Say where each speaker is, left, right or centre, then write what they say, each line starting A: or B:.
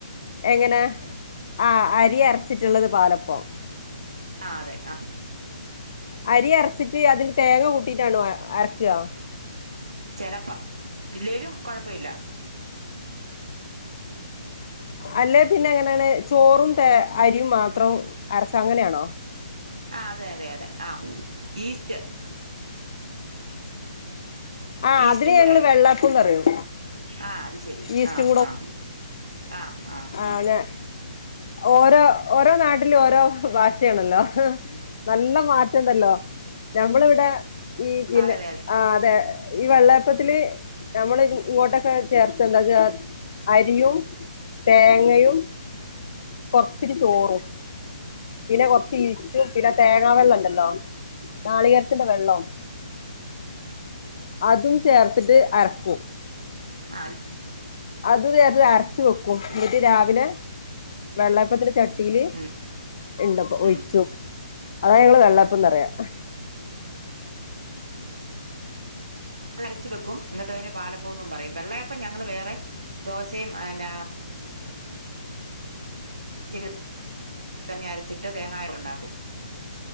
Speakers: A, on the left (about 50°); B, on the right (about 70°).
A: എങ്ങനെ ആഹ് അരി അരച്ചിട്ട്ള്ളത് പാലപ്പം
B: ആഹ് അതെ ആഹ്
A: അരി അരച്ചിട്ട് അതില് തേങ്ങ കൂട്ടിയിട്ടാണോ അരക്കാ
B: ചെലപ്പം ഇല്ലേലും കൊഴപ്പവില്ല
A: അല്ലേ പിന്നെ എങ്ങനെയാണ് ചോറും ത അരിയും മാത്രം അരച്ച അങ്ങനെയാണോ
B: ആഹ് അതെ അതെ അതെ ആഹ് ഈസ്റ്റ്
A: ആഹ്
B: ഈസ്റ്റും
A: അതിന്
B: കൂടെ
A: ഞങ്ങള്
B: അരക്കും
A: വെള്ളപ്പം പറയും
B: ആഹ് അത് ശരി
A: ഈസ്റ്റും
B: ആഹ് ആഹ് ആഹ് ആഹ് ആഹ്
A: അനെ ഓരോ ഓരോ നാട്ടിലും ഓരോ ഭാഷയാണല്ലോ നല്ല മാറ്റംണ്ടല്ലോ ഞമ്മളിവിടെ ഈ പിന്നെ
B: അതെ അതെ
A: ആഹ് അതെ ഈ വെള്ളയപ്പത്തില് നമ്മള് ഇങ്ങോട്ടൊക്കെ ചേർക്കാ എന്താച്ചാ അരിയും തേങ്ങയും കൊർ ത്തിരി ചോറും പിന്നെ കൊറച്ച് ഈസ്റ്റും പിന്നെ തേങ്ങ വെള്ളം ഉണ്ടല്ലോ നാളികേരത്തിന്റെ വെള്ളം അതും ചേർത്തിട്ട് അരക്കും
B: അത
A: അത് നേർത്തെ അരച്ച് വെക്കും
B: ശരി
A: എന്നിട്ട് രാവിലെ വെള്ളാപ്പത്തില ചട്ടിയില്
B: ഉം
A: ഉണ്ടപ്പൊ ഒഴിച്ചും
B: ഉം
A: അതാ ഞങ്ങള് വെള്ളപ്പന്ന്റയാ
B: അരച്ച് വെക്കും എന്നിട്ട് അതിന് പാലപ്പന്നും പറയും വെള്ളയപ്പം ഞങ്ങള്ൾ വേറെ ദോശയുംന്ന പച്ചരി തന്നെ അരച്ചിട്ട് തേങ്ങായിൽ ഉണ്ടാക്കും